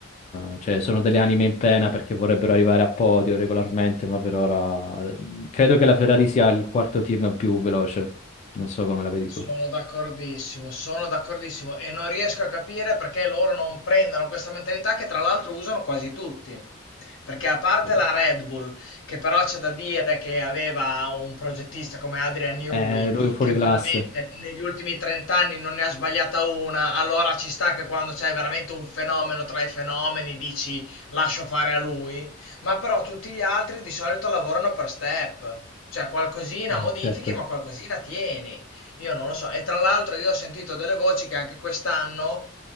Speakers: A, on the left (about 35°); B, on the left (about 85°).
A: eh, cioè, sono delle anime in pena perché vorrebbero arrivare a podio regolarmente, ma per ora eh, credo che la Ferrari sia il quarto team più veloce. Non so come la vedi
B: Sono
A: tu.
B: d'accordissimo, sono d'accordissimo e non riesco a capire perché loro non prendano questa mentalità che tra l'altro usano quasi tutti. Perché a parte
A: Eh,
B: la Red Bull, che però c'è da dire che aveva un progettista come Adrian Newey,
A: Eh, lui è un fuoriclasse,
B: che veramente negli ultimi 30 anni non ne ha sbagliata una, allora ci sta che quando c'è veramente un fenomeno tra i fenomeni dici lascio fare a lui, ma però tutti gli altri di solito lavorano per step, cioè qualcosina
A: eh,
B: modifichi
A: certo,
B: ma qualcosina tieni. Io non lo so. E tra l'altro io ho sentito delle voci che anche quest'anno